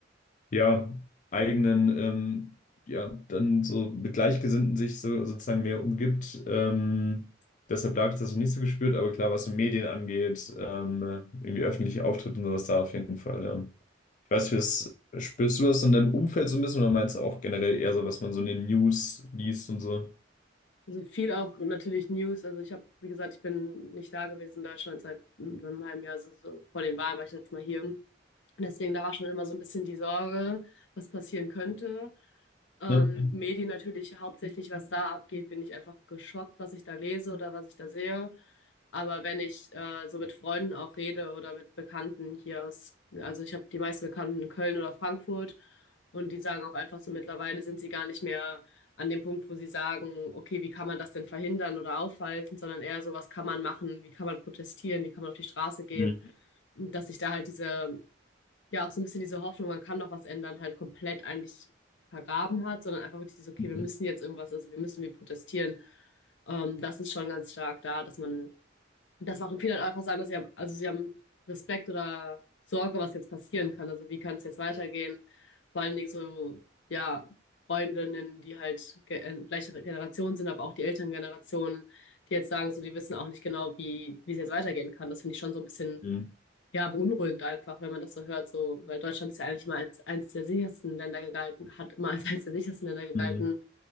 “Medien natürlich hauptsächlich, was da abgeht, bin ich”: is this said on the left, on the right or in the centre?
Left